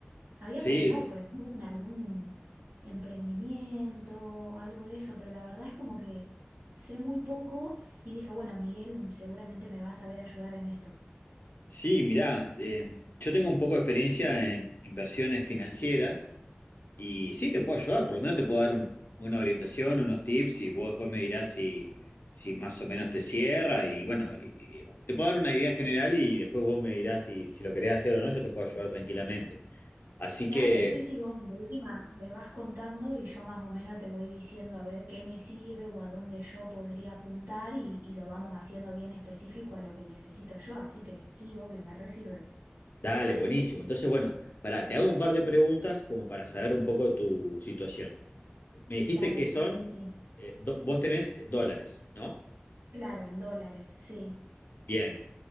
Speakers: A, on the right; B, on the left.
A: Había pensado
B: Sí,
A: por ahí en algún emprendimiento, algo de eso, pero la verdad es como que sé muy poco y dije, bueno, Miguel seguramente me va a saber ayudar en esto.
B: sí, mirá, eh, yo tengo un poco de experiencia en inversiones financieras. Y sí, te puedo ayudar, por lo menos te puedo dar un- una orientación, unos tips y vos después me dirás si, si más o menos te cierra y bueno, y- y te puedo dar una idea general y después vos me dirás si, si lo querés hacer o no, yo te puedo ayudar tranquilamente. Así
A: Claro,
B: que
A: sí, sí, vos de última me vas contando y yo más o menos te voy diciendo a ver qué me sirve o a dónde yo podría apuntar y, y lo vamos haciendo bien específico a lo que necesito yo, así que sí, obvio, me resirve.
B: dale, buenísimo. Entonces, bueno, pará, te hago un par de preguntas como para saber un poco tu situación. Me dijiste
A: Dale,
B: que son,
A: sí, sí, sí.
B: eh, do- vos tenés dólares, ¿no?
A: Claro, en dólares, sí.
B: Bien.